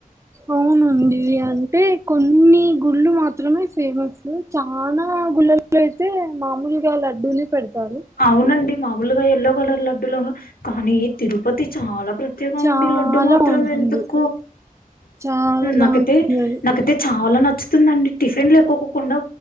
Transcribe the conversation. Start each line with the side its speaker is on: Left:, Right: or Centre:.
Right: అవునండి. అంటే కొన్ని గుళ్ళు మాత్రమే ఫేమస్ అ చానా గుళ్లల్లో అయితే మామూలుగా లడ్డూనే పెడతారు.
Left: అవునండి మామూలుగా ఎల్లో కలర్ లడ్డూలను కానీ తిరుపతి చాలా ప్ర ప్రత్యేకమండి
Right: చాలా
Left: లడ్డు మాత్రం
Right: బాగుంటుంది
Left: ఎందుకు
Right: చాలా బాగుంటుంది
Left: నాకతే
Right: అది
Left: నాక తే చాలా నచ్చుతుందండి టిఫిన్ లె ఎక్కకుండా